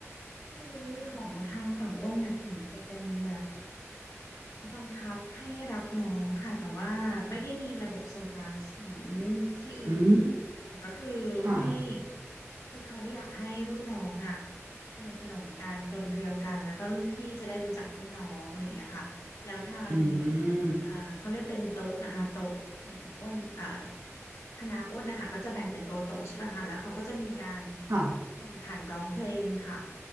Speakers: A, on the left; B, on the right.
A: คือของทางฝั่งอ้นน่ะเหมือนจะเป็นแบบ บังคับให้รับน้องค่ะแต่ว่าไม่ได้มีระบบโซตัสเหมือนที่อื่น
B: อืม
A: แต่ก็คือให้
B: ค่ะ
A: คือเขาอยากให้รุ่นน้องอ่ะสนิทสนมกันกลมเกลียวกันแล้วก็รุ่นพี่จะได้รู้จักรุ่นน้องอะไรอย่างเงี้ยค่ะแล้วทาง
B: อืม
A: เอ่อเขาเรียกเป็นโต๊ะนะคะโต๊ะของอ้นเอ่อคณะอ้นนะคะก็จะแบ่งเป็นโต๊ะโต๊ะใช่ไหมคะแล้วเขาก็จะมีการ
B: ค่ะ
A: แข่งขันร้องเพลงค่ะ